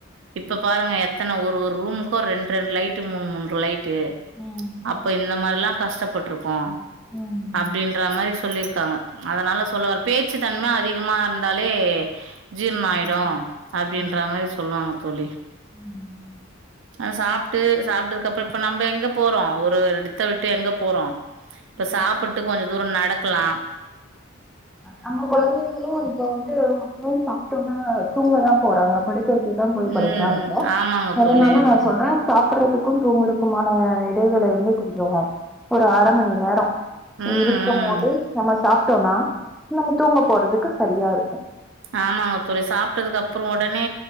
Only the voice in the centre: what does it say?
ம்
ம்
ம்
ம்
ம்.
ம்.
நம்ம கொழந்தைய இப்ப வந்து உடனே சாப்டோம்னா து தூங்கதா போறே இவன படுக்க வெ இப்தா போய்
படுக்குறாங்க
அதனால
நா சொல்றே சாப்றதுக்கு தூங்குறக்குமான இடைவேளை வந்து கொஞ்சோ ஒரு அர மணி நேரோ தூங்கி
இருக்கும்
போதே நம்ம சாப் டோனா நம்ம தூங்க போறதுக்கு சரியா இருக்கு